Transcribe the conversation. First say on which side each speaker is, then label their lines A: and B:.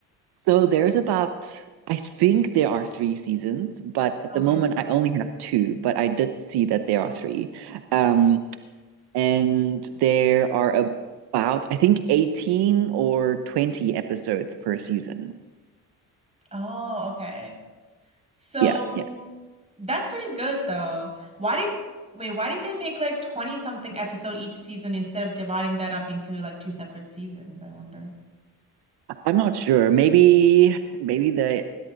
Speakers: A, on the right; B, on the right.
A: So there's about, I think there are three seasons, but at the
B: Okay.
A: moment I only have two, but I did see that there are three. Um, and there are about, I think, 18 or 20 episodes per season.
B: Oh, okay. So
A: Yeah, yeah.
B: that's pretty good though. Why did wait, why did they make like 20 something episode each season instead of dividing that up into like two separate seasons, I wonder.
A: I'm not sure. Maybe, maybe the,